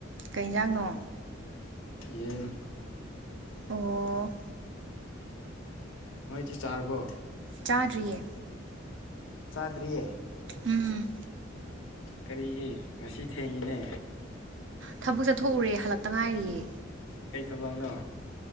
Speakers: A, on the right (about 65°); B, on the left (about 80°).
A: ꯀꯩ ꯏꯟꯖꯥꯡꯅꯣ꯫
B: ꯌꯦꯟ꯫
A: ꯑꯣ꯫
B: ꯅꯣꯏꯗꯤ ꯆꯥꯔꯕꯣ
A: ꯆꯥꯗ꯭ꯔꯤꯌꯦ
B: ꯆꯥꯗ꯭ꯔꯤꯌꯦ꯫
A: ꯎꯝ꯫
B: ꯀꯔꯤꯒꯤ ꯉꯁꯤ ꯊꯦꯡꯉꯤꯅꯦ꯫
A: ꯊꯕꯛ ꯆꯠꯊꯣꯛꯎꯔꯦ ꯍꯜꯂꯛꯇ ꯉꯥꯏꯔꯤꯌꯦ
B: ꯀꯩ ꯊꯕꯛꯅꯣ꯫